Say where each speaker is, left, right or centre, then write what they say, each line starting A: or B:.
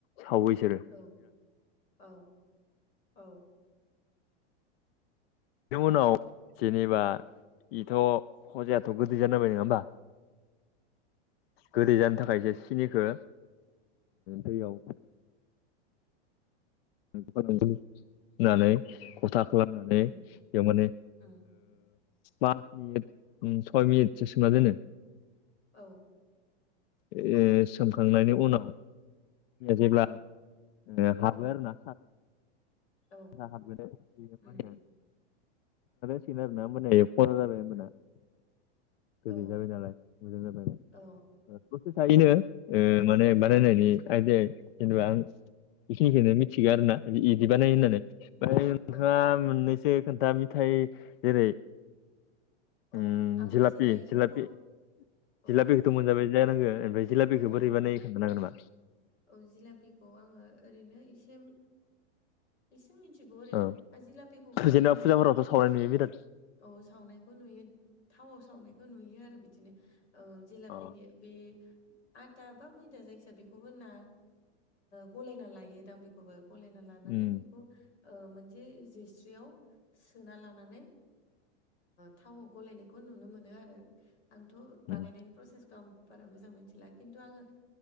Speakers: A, on the left (about 60°); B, on the left (about 85°).
A: सावैसोरो।
B: औ औ औ।
A: बेनि उनाव जेनेबा बेथ' हजायाथ' गोदै जानोांबाय नङा होमबा?
B: <inaudible> औ
A: गोदै जानो थाखायसो सिनिखौ दैयाव <unintelligible> होननानै अल्था खालामनानै
B: उम
A: बेयाव माने
B: उम
A: पास मिनिट सय मिनिटसो सोमना दोननानै।
B: औ।
A: ओ सोमखांनायनि उनाव
B: उम
A: जेब्ला ए हाबो आरोना
B: औ
A: हाबगोनो बे
B: उम
A: मा? सिन आरो ना माने एफना जाबाय होनोमबाना? गोदै
B: औ
A: जाबाय नालाय मोजां जाबाय।
B: औ
A: प्रसेस
B: औ
A: इनो माने
B: औ
A: बानायनायनि आयदि जेनेबा आं बेखिनिखौनो मिथिगौ आरोना बिदि बानायो होननानै। फ्राय नोंथाङा
B: औ औ
A: मोननैसो खोन्था मेथाइया जेरै
B: औ
A: उम
B: आं
A: जलापि
B: मिथिनायफोरखौ
A: जलापि
B: औ
A: जलापि मोनजाबाय जानांगो ओमफ्राय जिला बेखौ
B: औ
A: बोरैबा ना खोन्थानो हांगोन नामा?
B: औ जिलापिखौ आङो ओरैनो एसे एसे मिथिगौ ओरैनो
A: औ
B: आजिला बेगबो ओरैनो
A: जेनेबा फुजाफोरावथ' सावनाय
B: थ'
A: नुयो बिराद
B: औ सावनायखौ नुयो थावाव सावनायखौ नुयो आरो बिदिनो ओ जिलापिनि
A: अ
B: बे आथा बा मैदा जायखिजाया बेखौ बेखौबो ना गलायना लायो दां बेखौबो गलायना लानानै
A: उम
B: बेखौ मोनसे जिस्रियाव सोना लानानै। थावाव गलायनायखौ नुनो मोनो आरो आंथ' बानायनायनि
A: उम
B: प्रसेसखौ। आं बारा मोजां मिथिला खिन्थु आङो